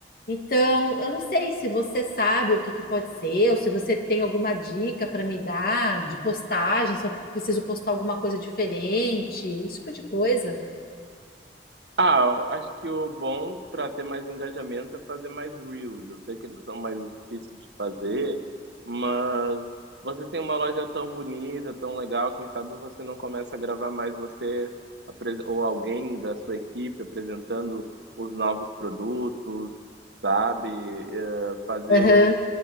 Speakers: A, on the left; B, on the right.
A: Então, eu não sei se você sabe o que que pode ser, ou se você tem alguma dica para me dar de postagem, se eu preciso postar alguma coisa diferente, esse tipo de coisa.
B: Ah, eu acho que o bom para ter mais engajamento é fazer mais reels. Eu sei que eles são mais difíceis de fazer, mas você tem uma loja tão bonita, tão legal, quem sabe você não começa a gravar mais você apres- ou alguém da sua equipe apresentando os novos produtos, sabe? Eh, fazer
A: Aham,